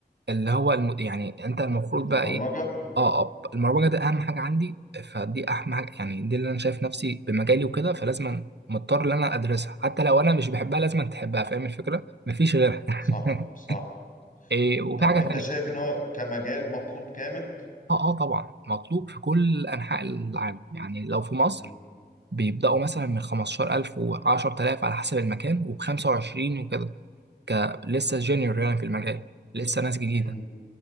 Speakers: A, on the right; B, on the left.
A: اللي هو الم... يعني انت المفروض
B: البرمجة
A: بقى ايه اه اب المروجه ده اهم حاجه عندي فدي اهم حاجه يعني دي اللي انا شايف نفسي بمجالي وكده فلازم مضطر ان انا ادرسها حتى لو انا مش بحبها لازم تحبها فاهم الفكره مفيش غيرها
B: صح
A: <laughs>
B: صح
A: إيه وفي
B: طب
A: حاجه
B: انت
A: تانية
B: شايف ان هو كمجال مطلوب جامد
A: اه اه طبعا مطلوب في كل انحاء العالم يعني لو في مصر
B: م-
A: بيبداوا مثلا من 15000 و10000 على حسب المكان وب 25 وكده ك لسه جونيور يعني في المجال لسه ناس جديده
B: م-